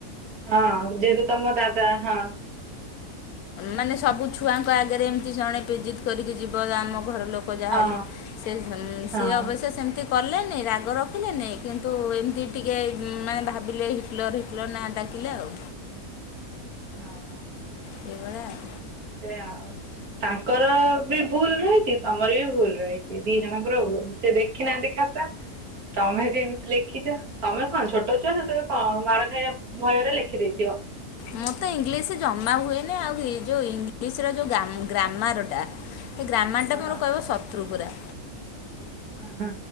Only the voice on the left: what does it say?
ମାନେ ସବୁ ଛୁଆଙ୍କ ଆଗରେ ଏମିତି ଜଣେ ବେଜିତ କରିକି ଯିବ ଆମ ଘର ଲୋକ ଯାହେଲେ
ସିଏ
ଅବଶ୍ୟ ସେମିତି କ କଲେନି ରାଗ ରଖିଲେନି କିନ୍ତୁ ଏମିତି ଟିକେ ମାନେ ଭାବିଲେ ହିଟଲର ହିଟଲର ନା ଡାକି ଡାକିଲେ ଆଉ
ସେଇ ଭଳିଆ ଆଉ।
ମୁଁ ତ ଇଂଲିଶ ଜମା ହୁଏନି। ଆଉ ଯୋଉଁ ଇଂଲିଶ ର ଯୋଉଁ ଗ୍ରା ଗ୍ରାମାରଟା ଏ ଗ୍ରାମାରଟା
ମୋର
କହିବ ଶତ୍ରୁ ପୁରା।